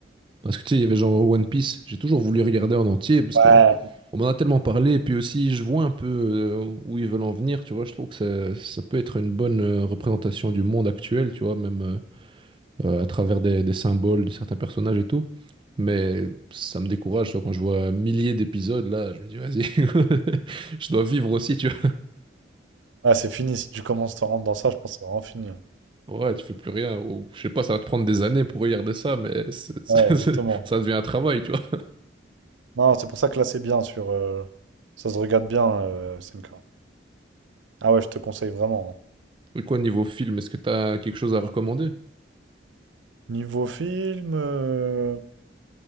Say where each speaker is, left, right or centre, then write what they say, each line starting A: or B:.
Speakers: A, on the right (about 25°); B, on the right (about 85°).
A: Parce que tu sais, il y avait genre One Piece, j'ai toujours voulu regarder en entier parce
B: Ouais.
A: que on m'en a tellement parlé, et puis aussi je vois un peu euh, où ils veulent en venir, tu vois, je trouve que ça, ça peut être une bonne euh, représentation du monde actuel, tu vois, même euh, euh, à travers des, des symboles de certains personnages et tout. Mais ça me décourage, tu vois, quand je vois milliers d'épisodes, là, je me dis, vas-y, <laughs> je dois vivre aussi, tu vois.
B: Ah, c'est fini. Si tu commences à rentrer dans ça, je pense que c'est vraiment fini. hein.
A: Ouais, tu fais plus rien, ou je sais pas, ça va te prendre des années pour regarder ça, mais c'est-
B: Ouais,
A: <laughs>
B: exactement.
A: ça devient un travail, tu vois.
B: Non, c'est pour ça que là, c'est bien sur. euh, Ça se regarde bien, euh, SNK. Ah ouais, je te conseille vraiment. hein.
A: Et quoi, niveau film, est-ce que t'as quelque chose à recommander?
B: Niveau film, euh,